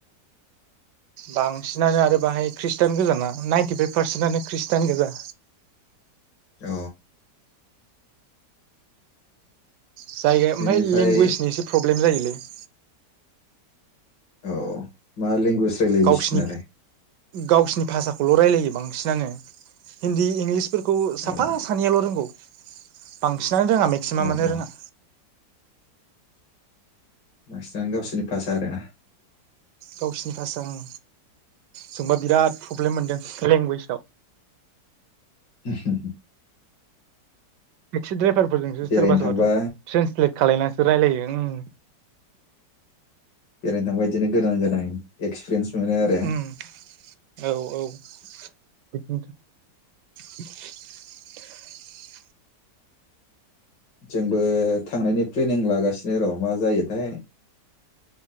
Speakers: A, on the right; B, on the left.
A: बांसिनानो आरो बाहाय खृष्टान गोजाना नाइनटिफाइभ पारसेन्टआनो खृष्टान गोजा
B: औ।
A: जायगाया ओमफ्राय
B: बेनिफ्राय
A: लेंगुवेजनि एसे प्रब्लेम जायो। <inaudible>
B: औ मा लेंगुवेज रायलायो
A: गावसिनि
B: बिसिनालाय
A: गावसिनि भाषाखौल' रायलायो बांसिन। बांसिनानो हिनदि इंलिसफोरखौ साफा
B: औ
A: सानैयाल' रोंगौ। बांसिन रोङा मेक्सिमामानो
B: औ औ
A: रोङा।
B: बांसिनानो गावसोरनि भाषा आरोना
A: गावसिनि भाषा ओं जोंबा बिराद प्रब्लेम मोनदों लेंगुवेजाव।
B: ओहम
A: टेक्सि ड्राइभारफोरजोंसो सोरबा
B: बेरायनो
A: सोरबाथ'
B: थांबा
A: ट्रेनसलेट खालामलायनानैसो रायलायो ओं।
B: <unintelligible> नोंबायदिनो गोदान गोदान एक्सपिरियेन्स मोनो आरो
A: उम औ <unintelligible>
B: जोंबो थांनायनि प्लेनिं लागासिनो र' मा जायोथाय।